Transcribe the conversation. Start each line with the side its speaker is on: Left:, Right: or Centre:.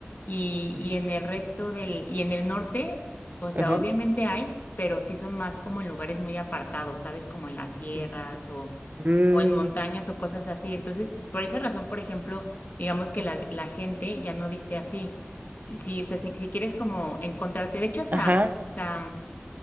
Left: y,
Right: Sí,
Left: y
Right: sí, sí.
Left: en el resto del, y en el norte, o sea,
Right: Ujú.
Left: obviamente hay, pero sí son más como en lugares muy apartados, ¿sabes? Como en las sierras
Right: Sí, sí, sí. Mm,
Left: o en montañas o cosas así. Entonces, por esa razón, por ejemplo, digamos que la, la gente ya no viste así. Sí, o sea, si, si quieres como encontrarte, de hecho, hasta,
Right: ajá.
Left: hasta,